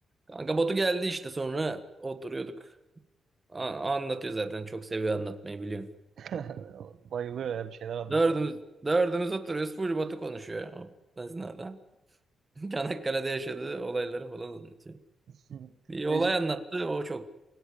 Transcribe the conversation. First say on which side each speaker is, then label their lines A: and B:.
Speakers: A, on the right; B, on the right.
A: Kanka Batu geldi işte sonra oturuyorduk. A- anlatıyor zaten çok seviyor anlatmayı biliyorsun.
B: <laughs> Bayılıyor ya bir şeyler anlatacak.
A: Dördümüz, dördümüz oturuyoruz full Batu konuşuyor o esnada. <laughs> Çanakkale'de yaşadığı olayları falan anlatıyor.
B: <laughs>
A: Bir olay
B: Ece,
A: anlattı o çok